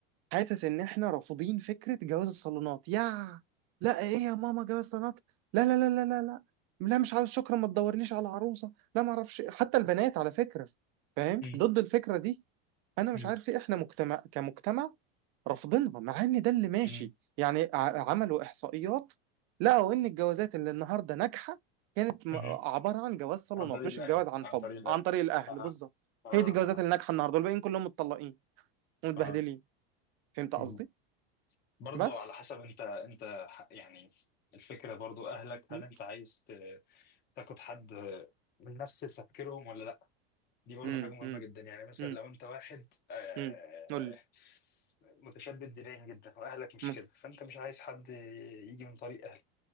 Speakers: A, on the right; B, on the left.
A: حاسس ان احنا رافضين فكره جواز الصالونات يا لا ايه يا ماما جواز الصالونات لا لا لا لا لا لا لا مش عاوز شكرا ما تدورليش على عروسه لا ما اعرفش إيه. حتى البنات على فكره فاهم
B: مم.
A: ضد الفكره دي انا مش
B: مم.
A: عارف ليه احنا مجتمع كمجتمع رافضينها مع ان ده اللي ماشي
B: مم.
A: يعني ع- عملوا احصائيات لقوا ان الجوازات اللي النهارده ناجحه كانت م-
B: مم.
A: عباره عن جواز صالونات
B: عن طريق
A: مش
B: الأهل
A: الجواز عن
B: عن
A: حب
B: طريق الأهل
A: عن طريق الاهل
B: أها
A: بالظبط
B: أها
A: هي دي الجوازات اللي ناجحه النهارده والباقيين كلهم متطلقين ومتبهدلين
B: أها
A: فهمت قصدي
B: مم. برضو
A: بس
B: على حسب أنت أنت ح- يعني الفكرة برضو أهلك
A: امم
B: هل أنت عايز ت- تاخد حد من نفس تفكيرهم ولا دي برضه
A: امم
B: حاجة مهمة جدا يعني مثلا
A: امم
B: لو أنت واحد آه،
A: امم قول لي
B: متشدد دينيا جدا وأهلك مش
A: مم.
B: كده فأنت مش عايز حد يجي من طريق أهلك